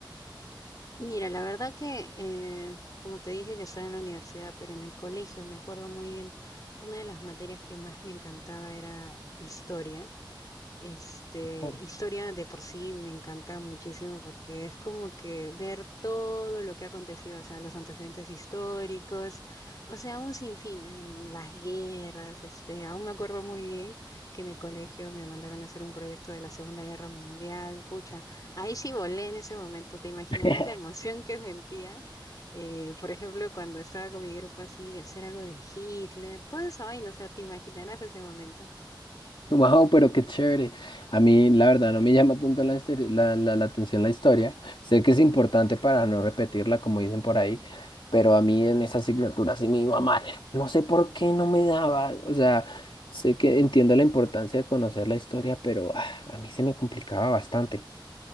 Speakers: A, on the left; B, on the left.
A: Mira, la verdad que, eh, como te dije, que estaba en la universidad, pero en el colegio me acuerdo muy bien, una de las materias que más me encantaba era historia. Este,
B: Ujú.
A: historia de por sí me encanta muchísimo porque es como que ver todo lo que ha acontecido, o sea, los antecedentes históricos, o sea, un sinfín en las guerras, este, aún me acuerdo muy bien que en el colegio me mandaron a hacer un proyecto de la Segunda Guerra Mundial, pucha, ahí sí volé en ese momento, te imaginarás
B: <laughs>
A: la emoción que sentía. eh, por ejemplo, cuando estaba con mi grupo así de hacer algo de Hitler, toda esa vaina, o sea, te imaginarás ese momento.
B: <laughs> Wow, pero qué chévere. A mí, la verdad, no me llama tanto la, histori- la, la- la atención la historia. Sé que es importante para no repetirla, como dicen por ahí, pero a mí en esa asignatura sí me iba mal. No sé por qué no me daba. O sea, sé que entiendo la importancia de conocer la historia, pero ah, a mí se me complicaba bastante.